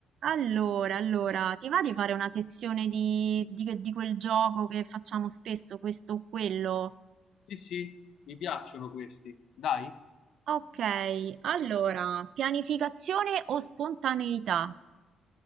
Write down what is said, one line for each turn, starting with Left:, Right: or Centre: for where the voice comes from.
Right: Allora, allora, ti va di fare una sessione di, di- di quel gioco che facciamo spesso, questo o quello?
Left: Sì, sì, mi piacciono questi. Dai.
Right: Ok, allora, pianificazione o spontaneità?